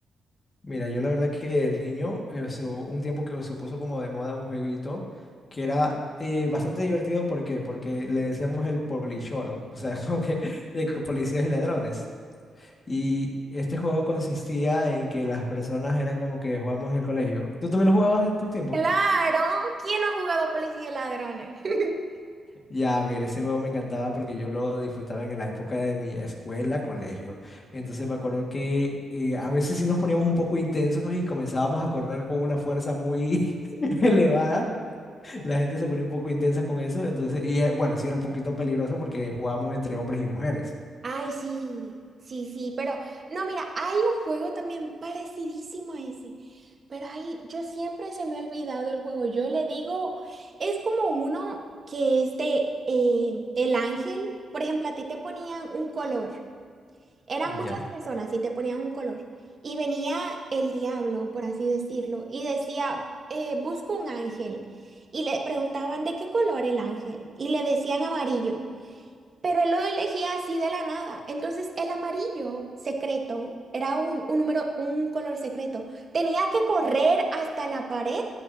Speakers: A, on the left; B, on the right.
A: Mira, yo la verdad que de niño, eh, se- un tiempo que se puso como de moda un jueguito que era eh, bastante divertido, ¿por qué? Porque le decíamos el polichoro, o sea, <laughs> como que de que policías y ladrones. Y este juego consistía en que las personas eran como que jugábamos en el colegio. ¿Tú también lo jugabas en tu tiempo?
B: Claro, ¿quién no ha jugado Policía y Ladrones? <laughs>
A: Ya, mira, ese juego me encantaba porque yo lo disfrutaba en la época de mi escuela, colegio. Entonces me acuerdo que eh, a veces sí nos poníamos un poco intensos y comenzábamos a correr con una fuerza muy <laughs> elevada. La gente se ponía un poco intensa con eso. Entonces, y eh, bueno, sí era un poquito peligroso porque jugábamos entre hombres y mujeres.
B: Ay, sí, sí, sí, pero no, mira, hay un juego también parecidísimo a ese, pero ahí yo siempre se me ha olvidado el juego. Yo le digo, es como uno que es de eh, el ángel, por ejemplo, a ti te ponían un color. Eran
A: Ya.
B: muchas personas y te ponían un color. Y venía el diablo, por así decirlo, y decía, eh, busco un ángel. Y le preguntaban de qué color el ángel. Y le decían amarillo. Pero él lo elegía así de la nada. Entonces, el amarillo secreto era un, un número, un color secreto. Tenía que correr hasta la pared